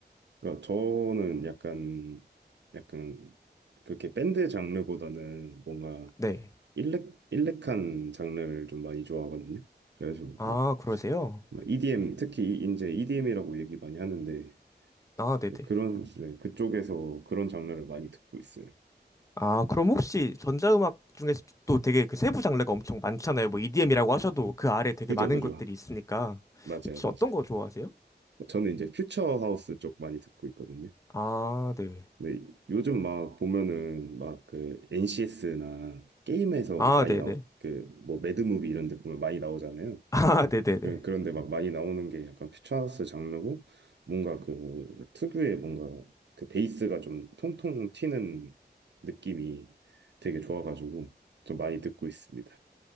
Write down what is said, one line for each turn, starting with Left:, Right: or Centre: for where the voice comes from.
Right: 그러니까 저는 약간, 약간, 그렇게 밴드 장르보다는 뭔가
Left: 네.
Right: 일렉, 일렉한 장르를 좀 많이 좋아하거든요. 그래가지고
Left: 아,
Right: 뭐
Left: 그러세요?
Right: 뭐 EDM 특히 이- 이제 EDM이라고 얘기 많이 하는데
Left: 아, 네네.
Right: 이제 그런 네, 그쪽에서 그런 장르를 많이 듣고 있어요.
Left: 아, 그럼 혹시 전자음악 중에서 또 되게 그 세부 장르가 엄청 많잖아요. 뭐 EDM이라고 하셔도 그 아래 되게
Right: 그죠,
Left: 많은
Right: 그죠.
Left: 것들이 있으니까.
Right: 맞아요,
Left: 혹시
Right: 맞아요.
Left: 어떤 거 좋아하세요?
Right: 저는 이제 퓨처 하우스 쪽 많이 듣고 있거든요.
Left: 아, 네.
Right: 근데 요즘 막 보면은 막 그 NCS나 게임에서
Left: 아,
Right: 막 많이
Left: 네네.
Right: 나오 그뭐 매드무비 이런 데 보면 많이 나오잖아요.
Left: <laughs> 아, 네네네.
Right: 그- 그런데 막 많이 나오는 게 약간 퓨처하우스 장르고 뭔가 그 특유의 뭔가 그 베이스가 좀 통통 튀는 느낌이 되게 좋아가지고 좀 많이 듣고 있습니다.